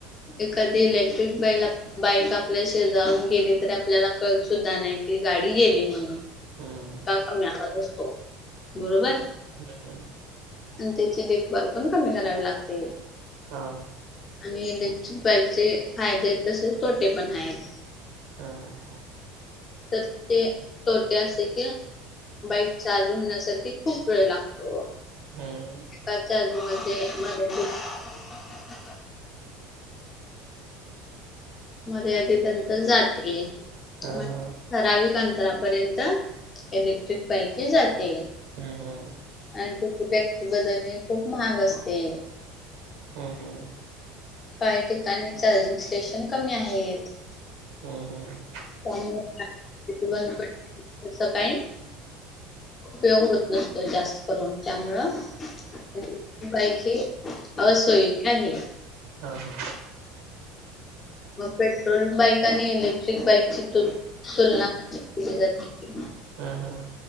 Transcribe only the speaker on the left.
एखादी इलेक्ट्रिक बैल बाईक आपल्या शेजारून गेली तरी आपल्याला कळत सुद्धा नाही कि गाडी गेली म्हणून.
इतका कमी आवाज असतो बरोबर.
आणि त्याची देखभाल पण कमी करावी लागते.
आणि इलेक्ट्रिक बाईकचे फायदे आहेत तसेच तोटे पण आहेत.
तर ते तोटे असे की बाईक चार्ज होण्यासाठी खूप वेळ लागतो.
एका चार्जिंग मध्ये. <unintelligible> <inaudible> मर्यादित अंतर जाते
म
ठराविक अंतरापर्यंत इलेक्ट्रिक बाईक ही जाते.
आणि तिची बॅटरी बदलणे खूप महाग असते.
काही ठिकाणी चार्जिंग स्टेशन कमी आहेत
त्यामुळे <inaudible> तसं काय उपयोग होत नसतो जास्त करून त्यामुळं <inaudible> बाईक ही असोविक आहे.
मग पेट्रोल बाईक आणि इलेक्ट्रिक बाईकची तुल तुलना <inaudible> जाते.